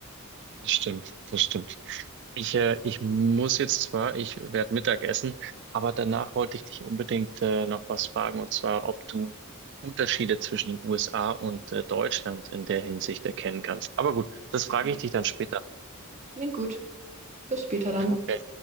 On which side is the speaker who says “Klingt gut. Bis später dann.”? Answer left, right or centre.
Right